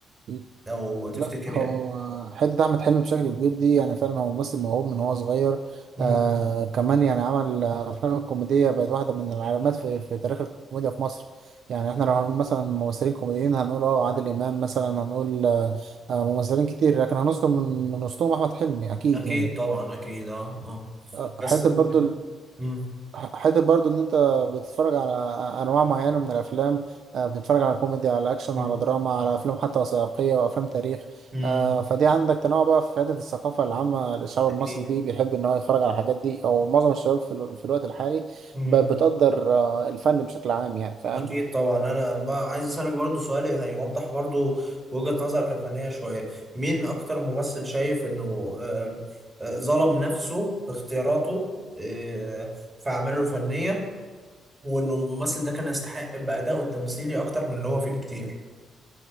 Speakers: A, on the right (about 65°); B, on the right (about 25°).
A: مم.
B: لو تفتكر
A: لا هو
B: يعني
A: حتة أحمد حلمي بشكل كبير دي يعني فعلا هو ممثل موهوب من هو صغير
B: مم.
A: آه كمان يعني عمل آه، أفلام الكوميدية بقت واحدة من العلامات في, في تاريخ الكوميديا في مصر يعني إحنا لو هنقول مثلا ممثلين كوميديين هنقول أه عادل إمام مثلا هنقول آه آه، ممثلين كتير لكن هنذكر من من وسطهم أحمد حلمي أكيد
B: اكيد
A: يعني
B: طبعا اكيد اه اه
A: آه،
B: بس
A: حتة
B: م-
A: برضو
B: م-
A: ح- حته برضو ان انت بتتفرج على انواع معينه من الافلام آه، بتتفرج على كوميدي على اكشن
B: مم.
A: على دراما على افلام حتى وثائقيه وافلام تاريخ
B: مم.
A: آه، فدي عندك تنوع بقى في حته الثقافه العامه للشعب المصري
B: اكيد
A: دي بيحب ان هو يتفرج على الحاجات دي او معظم الشباب في, ال- في الوقت الحالي
B: مم.
A: ب- بتقدر آه، الفن بشكل عام يعني فاهم
B: اكيد طبعا انا بقى عايز اسالك برضو سؤال هيوضح برضو وجهة نظرك الفنيه شويه مين اكتر ممثل شايف انه آم، آه، ظلم نفسه باختياراته آه، في اعماله الفنيه هو انه الممثل ده كان يستحق بأدائه التمثيلي اكتر من اللي هو فيه بكتير